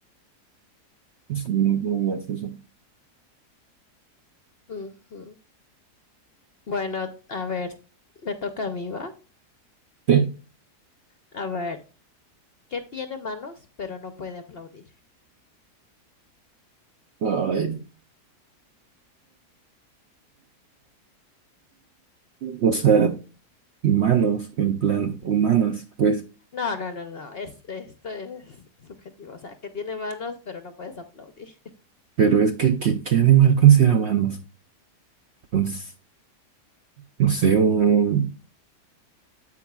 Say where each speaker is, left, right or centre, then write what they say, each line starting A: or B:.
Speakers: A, on the right; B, on the left.
A: Es muy, muy gracioso.
B: <laughs> Ujú. Bueno, a ver, me toca a mí, ¿va?
A: Sí.
B: A ver, ¿qué tiene manos pero no puede aplaudir?
A: Ay, o sea, humanos, en plan, humanas, pues,
B: No, no, no, no, es, esto es subjetivo, o sea, que tiene manos pero no puedes aplaudir.
A: pero es que, que- ¿qué animal considera manos Pues, no sé, un